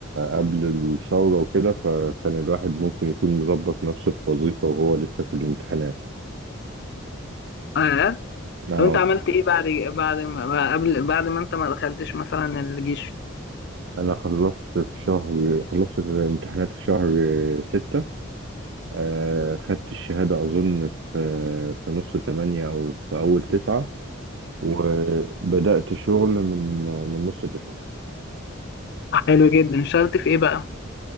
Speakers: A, on the right (about 60°); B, on the left (about 55°).
A: قبل الثورة وكده فكان الواحد ممكن يكون مظبط نفسه في وظيفة وهو لسه في الامتحانات
B: اه
A: اه
B: طب انت عملت ايه بعد بعد ما قبل بعد ما انت ما دخلتش مثلا الجيش
A: انا خلصت في شهر خلصت في الامتحانات في شهر ستة آه خدت الشهادة اظن في في نص تمانية او في اول تسعة وبدأت شغل من من نص تسعة
B: آه، حلو جدا اشتغلت في ايه بقى